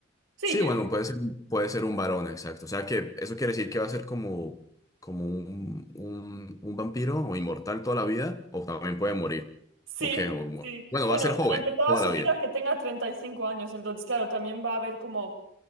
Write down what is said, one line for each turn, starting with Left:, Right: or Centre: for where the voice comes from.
Right: Sí,
Left: sí,
Right: yo-
Left: bueno, puede ser, puede ser un varón, exacto. O sea que eso quiere decir que va a ser como, como un, un- un vampiro o inmortal toda la vida, o también puede morir.
Right: sí,
Left: Ok, o-
Right: sí.
Left: bueno,
Right: Bueno,
Left: va a ser joven
Right: durante toda
Left: toda
Right: su
Left: la
Right: vida
Left: vida.
Right: que tenga 35 años, entonces, claro, también va a ver como